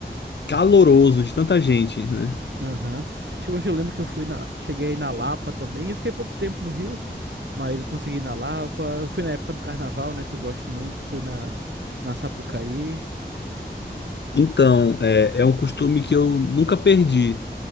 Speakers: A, on the left; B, on the right.
A: caloroso de tanta gente, né?
B: Aham. Acho que Hoje eu lembro que eu fui na. Cheguei aí na Lapa também. Eu fiquei pouco tempo no Rio, mas eu consegui ir na Lapa. Eu fui na época do carnaval, né? Que eu gosto muito. Fui na, na Sapucaí.
A: Então, é, é um costume que eu nunca perdi.